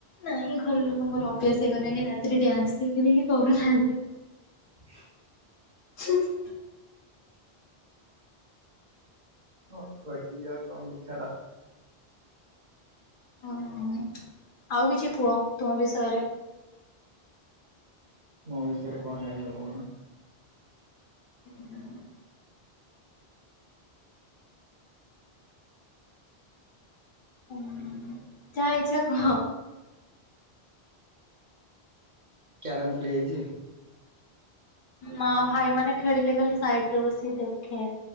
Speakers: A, on the left; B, on the right.
A: ନାଇଁ ଘର ଲୋକଙ୍କର ଅଭ୍ୟାସ ହେଇଗଲାଣି। ରାତିରେ ଡ୍ୟାନ୍ସ ଦେଖି ଦେଖି କରୁନାହାନ୍ତି।
B: <inaudible>
A: ହୁଁ ହୁଁ।
B: କଣ କହିବି ଆଉ ତମକୁ ଛାଡ।
A: ଓ ହୋ ଆଉ କିଛି କୁହ ତୁମ ବିଷୟରେ।
B: ମୋ ବିଷୟରେ କଣ ଜାଣିବା କହୁନ?
A: ହ ହ। ଓ ହୋ ଯା ଇଚ୍ଛା କହ।
B: କ୍ୟାରମ ଖେଳି ଆଇଛି।
A: ନା ଭାଇ ମାନେ ଖେଳିଲେ ଖାଲି ସାଇଟ୍ ରେ ବସି ଦେଖେ।